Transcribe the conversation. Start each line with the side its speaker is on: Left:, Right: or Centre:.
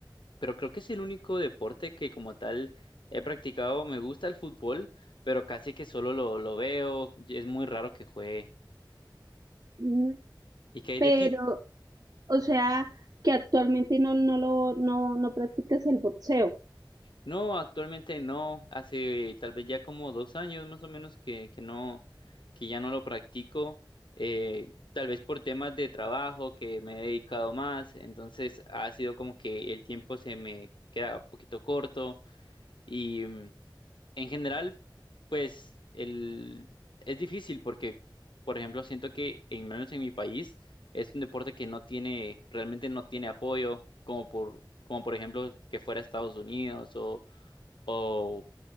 Left: pero creo que es el único deporte que como tal he practicado. Me gusta el fútbol, pero casi que solo lo, lo veo. y Es muy raro que juegue.
Right: Mm,
Left: ¿Y qué hay
Right: Pero,
Left: de ti?
Right: o sea, que actualmente no, no lo, no, no practicas el boxeo.
Left: No, actualmente no. Hace tal vez ya como dos años más o menos que, que no, que ya no lo practico. eh, tal vez por temas de trabajo que me he dedicado más. Entonces ha sido como que el tiempo se me queda un poquito corto. y mm, En general, pues el, es difícil porque, por ejemplo, siento que en menos en mi país es un deporte que no tiene, realmente no tiene apoyo, como por, como por ejemplo que fuera Estados Unidos o, o